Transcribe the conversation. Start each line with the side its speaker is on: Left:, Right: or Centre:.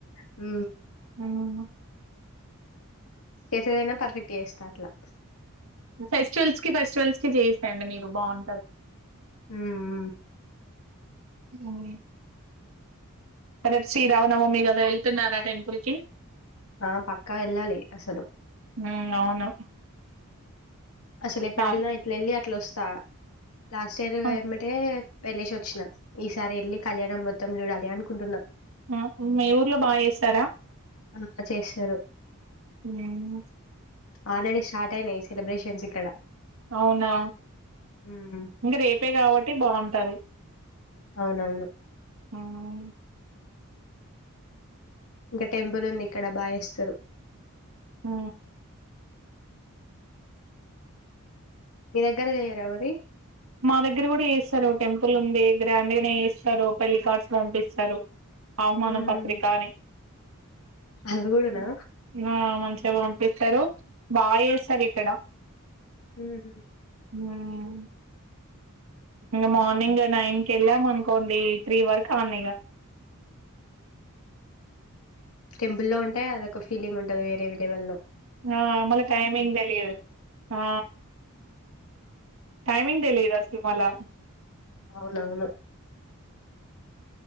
Left: ఉ
Right: యు
Left: చేసేదైనా పర్ఫెక్ట్ చేస్తా అట్లా
Right: ఫెస్టివల్స్ కి ఫెస్టివల్స్ కి చేసాయండి మీరు బాగుంటది
Left: హ్మ్
Right: <unintelligible> రేపు శ్రీరామనవమి కదా వెళ్తున్నారా టెంపుల్ కి
Left: ఆ పక్కా ఎలాలీ అసలు
Right: ఉమ్ అవును
Left: అసల్ ఎక్కడ
Right: చాలా
Left: వెళ్ళినా ఇట్లా వెళ్ళి అలా వస్తా చా లాస్ట్ ఇయర్
Right: ఆ,
Left: యామటే వెళ్లేసి వచ్చిన ఈసారి వెళ్ళి కళ్యాణం మొత్త మొత్తం చూడాలి అనుకుంటున్నా
Right: ఆ మీ ఊర్లో బాగా చేసారా
Left: ఆ చేస్తారు
Right: మ్మ్
Left: ఆల్రెడీ స్టార్ట్ అయినాయి ఈ సెబ్రేషన్స్ ఇక్కడ
Right: అవునా
Left: హ్మ్
Right: ఇంకా రేపే కాబట్టి బాగుంటది
Left: అవునవును
Right: ఉమ్
Left: ఇక టెంపులు ఉంది ఇక్కడ బా చేస్తారు
Right: ఆ
Left: మీ దగ్గరా చేయ్యరా అవి
Right: మా దగ్గర కూడా చేస్తారు టెంపుల్ ఉంది గ్రాండ్ గానే చేస్తారు పెళ్లి కార్డ్స్ పంపిస్తారు ఆహ్వాన
Left: హ్మ్
Right: పత్రికా అని
Left: అవి కూడానా?
Right: హ్మ్ ఆ మం పంపిస్తారు బా చేస్తారు ఇక్కడ
Left: మ్మ్
Right: మ్మ్ ఇంకా మార్నింగ్ నైన్ కి వెళ్ళాం అనుకోండి త్రీ వరకు అడనే ఇక
Left: టెంపుల్ లో ఉంటె అదొక ఫీలింగ్ ఉంటది వేరే వేరే వాళ్లో
Right: ఆ మళ టైమింగ్ తెలియదు ఆ టైమింగ్ తెలీయదు అసల్ అలా
Left: అవునవును.